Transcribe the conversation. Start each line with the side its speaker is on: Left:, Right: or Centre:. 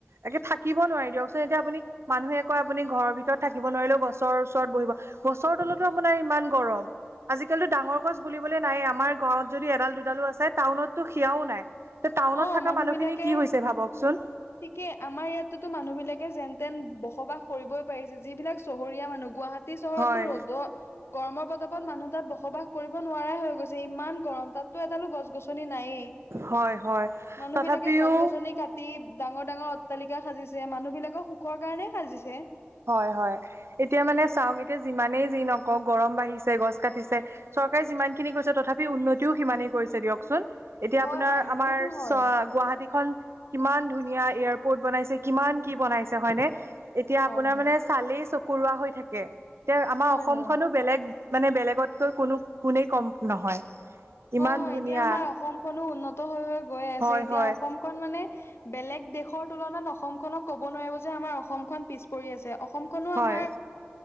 Right: একে থাকিব নোৱাৰি দিয়কচোন এতিয়া আপুনি মানুহে কয় আপুনি ঘৰৰ ভিতৰত থাকিব নোৱাৰিলেও গছৰ ওচৰত বহিব। গছৰ তলতো অপোনাৰ ইমান গৰম আজিকালি ডাঙৰ গছ বুলিবলৈ নাই আমাৰ গাঁৱত যদি এডাল দুডালো আছে টাউনতটো সেয়াও নাই। তে টাউনত
Left: অ
Right: থকা
Left: মানুহ
Right: মানুহখিনি
Left: বিলাকে
Right: কি হৈছে ভাবকচোন।
Left: ঠিকে আমাৰ ইয়াতোতো মানুহ বিলাকে যেন তেন বসবাস কৰিবই পাৰিছে যিবিলাক চহৰীয়া মানুহ গুৱা হাতী চহৰতো
Right: হয়
Left: ৰ'দত গৰমৰ পতাপত মানুহ তাত বসবাস কৰিব নোৱাৰাই হৈ গৈছে। যে ইমান গৰম তাততো এডালো গছ গছনি নায়েই।
Right: হয় হয়
Left: মানুহ
Right: তথাপিও
Left: বিলাকে গছ-গছনি কা টি ডাঙৰ ডাঙৰ অট্টালিকা সাজিছে, মানুহ বিলাকৰ সুখৰ কাৰণেই সাজিছে।
Right: হয় হয় এতিয়া মানে চাওক এতিয়া যিমানেই যি নকওঁ গৰম বাঢ়িছে গছ কাটিছে। চৰকাৰে যিমানখিনি কৰিছে তথাপি উন্নতিও সিমানেই কৰিছে দিয়কচোন। এতিয়া
Left: হয়
Right: আপোনাৰ
Left: হয় সেইটোতো
Right: আমাৰ চ
Left: হয়
Right: গুৱাহাটীখন কিমান ধুনীয়া এয়াৰপৰ্ট বনাইছে কিমান কি বনাইছে হয়নে? এতিয়া
Left: হয়
Right: আপোনাৰ
Left: হয়
Right: মানে চালে চ কৰোৱা হৈ থাকে, তে আমাৰ
Left: হয়
Right: অসমখনো
Left: হয়
Right: বেলেগ মানে বেলেগতকৈ কোনো গুণেই কম নহয়। ইমান
Left: হয় হয়
Right: ধুনীয়া
Left: এতিয়া আমাৰ অসমখনো উন্নত হৈ হৈ গৈ আছে,
Right: হয়
Left: এতিয়া
Right: হয়
Left: অসমখন মানে বেলেগ দেশৰ তুলনাত অসমখনক কব নোৱাৰিব যে আমাৰ অসমখন পিছ পৰি আছে, অসম খনো
Right: হয়
Left: আমাৰ